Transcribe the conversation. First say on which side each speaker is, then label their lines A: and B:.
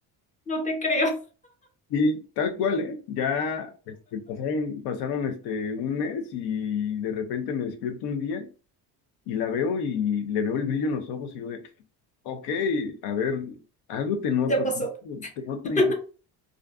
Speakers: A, on the left; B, on the left.
A: No te creo,
B: Y tal cual, ¿eh? Ya este, pasaron, pasaron este, un mes y de repente me despierto un día. Y la veo y le veo el brillo en los ojos y yo de, ok, a ver, algo te noto,
A: te pasó.
B: te noto
A: <laughs>
B: diferente.